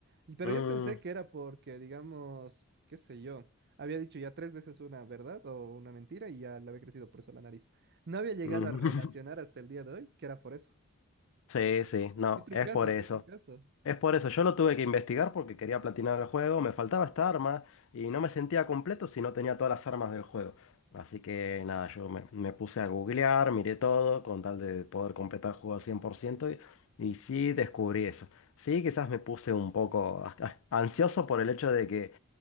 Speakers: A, on the right; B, on the left.
A: Y, pero
B: Mm.
A: yo pensé que era porque, digamos, qué sé yo. Había dicho ya tres veces una verdad o una mentira y ya le había crecido por eso la nariz. No había llegado
B: mm.
A: a relacionar
B: <laughs>
A: hasta el día de hoy que era por eso.
B: Sí, sí, no,
A: Qué trucazo,
B: es por eso.
A: qué trucazo.
B: Es por eso, yo lo tuve que investigar porque quería platinar el juego, me faltaba esta arma y no me sentía completo si no tenía todas las armas del juego. Así que nada, yo me, me puse a googlear, miré todo con tal de poder completar el juego al 100% y, y sí descubrí eso. Sí, quizás me puse un poco <laughs> ah, ansioso por el hecho de que